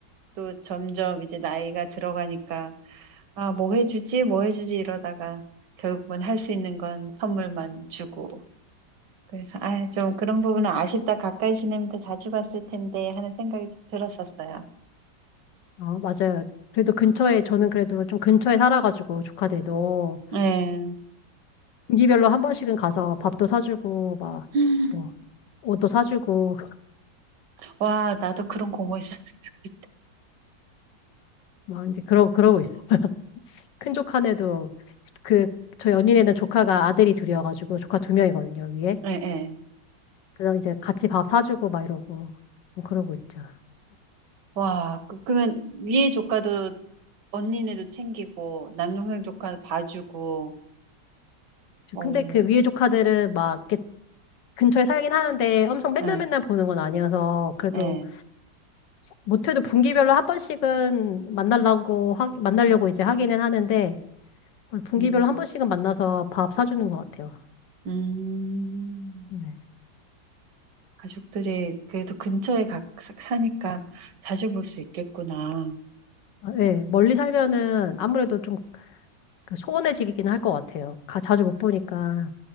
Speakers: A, on the right; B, on the left.
A: 또 점점 이제 나이가 들어가니까, 아, 뭐 해주지, 뭐 해주지 이러다가 결국은 할 수 있는 건 선물만 주고. 그래서, 아, 좀 그런 부분은 아쉽다. 가까이 지내면 더 자주 봤을 텐데 하는 생각이 좀 들었었어요.
B: 어, 맞아요. 그래도 근처에, 저는 그래도 좀 근처에 살아가지고, 조카들도.
A: 예.
B: 분기별로 한 번씩은 가서 밥도 사주고, 막,
A: 음,
B: 뭐, 옷도 사주고, <laughs>
A: 와, 나도 그런 고모 있었으면 좋겠다.
B: 막 이제 그러, 그러고 있어. 큰 조카네도, 그, 저 연인에는 조카가 아들이 둘이어가지고, 조카 두 명이거든요, 위에.
A: 예, 예.
B: 그래서 이제 같이 밥 사주고, 막 이러고, 뭐 그러고 있죠.
A: 와, 그- 그러면 위에 조카도 언니네도 챙기고, 남동생 조카도 봐주고,
B: 저-
A: 어,
B: 근데 그 위에 조카들은 막, 이렇게 근처에 살긴 하는데, 엄청 맨날
A: 예,
B: 맨날 보는 건 아니어서, 그래도
A: 예.
B: 못해도 분기별로 한 번씩은 만나려고 하, 만나려고 이제 하기는 하는데 분기별로
A: 음,
B: 한 번씩은 만나서 밥 사주는 것 같아요.
A: 음,
B: 네.
A: 가족들이 그래도 근처에 가, 사- 사니까 자주 볼 수 있겠구나.
B: 아, 예, 멀리 살면은 아무래도 좀그 소원해지긴 할 것 같아요. 가, 자주 못 보니까.